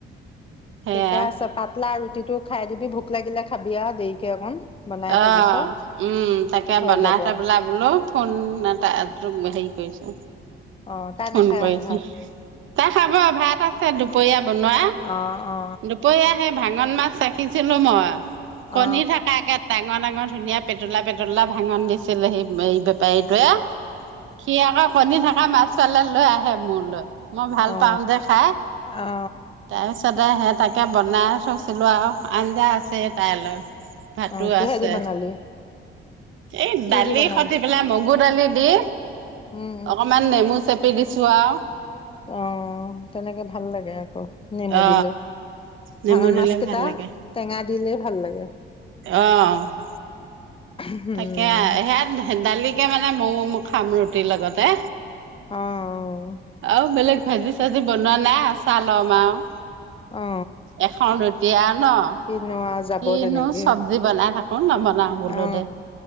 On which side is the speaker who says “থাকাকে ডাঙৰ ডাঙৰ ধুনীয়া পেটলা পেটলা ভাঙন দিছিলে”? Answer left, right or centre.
Right